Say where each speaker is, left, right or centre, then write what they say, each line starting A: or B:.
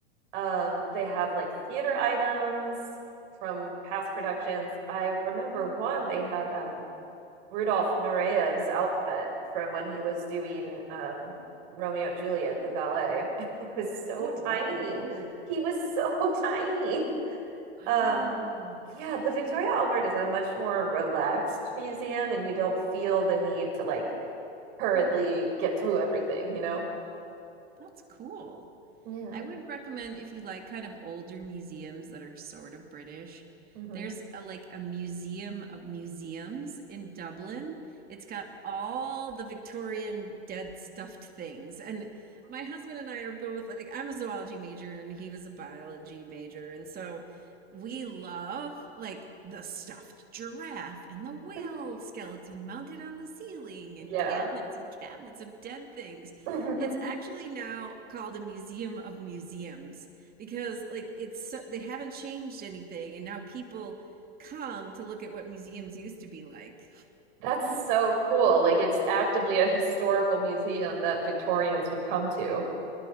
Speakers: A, on the right (about 50°); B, on the right (about 25°).
A: Um, they have like theater items from past productions. I remember one they had um Rudolf Noreyev's outfit from when he was doing um, Romeo and Juliet, the ballet. <laughs> It was so
B: Oh,
A: tiny.
B: wow, cool.
A: He was so <laughs> tiny.
B: Wow.
A: Um, yeah, the Victoria Albert is a much more relaxed museum, and you don't feel the need to like hurriedly get through everything, you know?
B: That's cool.
A: Yeah.
B: I would recommend if you like kind of older museums that are sort of British.
A: hmm
B: There's a, like a museum of museums in Dublin. It's got all the Victorian dead stuffed things. And my husband and I are both like, I'm a zoology major and he was a biology major. And so we love like the stuffed giraffe and the whale
A: <laughs>
B: skeleton mounted on the ceiling and
A: Yeah.
B: cabinets and cabinets of dead things.
A: <laughs>
B: It's actually now called a museum of museums because like it's so, they haven't changed anything and now people come to look at what museums used to be like.
A: That's so cool. Like it's actively a historical museum that Victorians would come to.